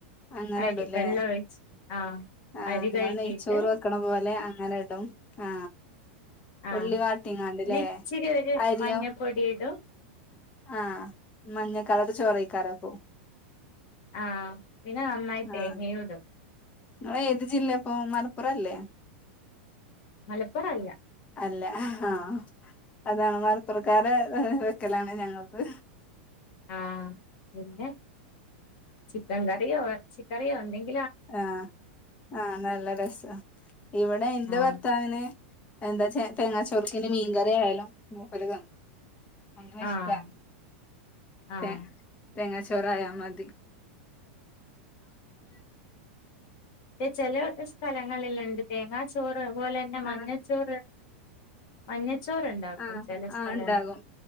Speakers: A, on the left; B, on the left.
A: അങ്ങനെ
B: അരി
A: ഇടുംല്ലേ
B: വെള്ള ഒഴിച്ചു ആ
A: ആഹ്
B: അരി
A: നിങ്ങൾ
B: കഴുകിട്ട്
A: നെയ്ച്ചോറ് വെക്കണ <unintelligible> ഇടും ആ
B: ആഹ്
A: ഉള്ളി വാട്ടിങ്ങാണ്ടല്ലേ
B: പിന്നെ ഇച്ചിരി ഒരു
A: അരിയോ
B: മഞ്ഞപ്പൊടി ഇടും
A: ആ മഞ്ഞകളറു ചോറ കഴിക്കലാപ്പൊ
B: ആ പിന്നെ നന്നായി തേങ്ങയുമിടും
A: ആഹ് നിങ്ങള് ഏത് ജില്ലപ്പൊ മലപ്പുറ അല്ലേ?
B: മലപ്പുറം അല്ല
A: അല്ല ആ അതാണ് മലപ്പുറക്കാര വെക്കലാണ് ഞങ്ങക്ക്
B: ആ പിന്നെ ചിക്കൻ കറിയോ ഇറച്ചിക്കറിയോ ഉണ്ടെങ്കി
A: ആ ആ നല്ല രസ ഇവിടെ എന്റെ
B: ആഹ്
A: ഭർത്താവിന് എന്താ ച തേങ്ങാ ചോറിന് മീൻകറി ആയാലും മൂപ്പര് തിന്നും <unintelligible> ഇഷ്ട
B: ആഹ് ആഹ്
A: തേ തേങ്ങാച്ചോറ ആയാാ മതി
B: ചെല സ്ഥലങ്ങളില്ണ്ട് തേങ്ങാച്ചോറ് അതുപോലെന്നെ മഞ്ഞച്ചോറ്
A: ആഹ്
B: മഞ്ഞച്ചോർണ്ടാക്കും
A: ആഹ്
B: ചില സ്ഥല
A: ആ ഉണ്ടാകും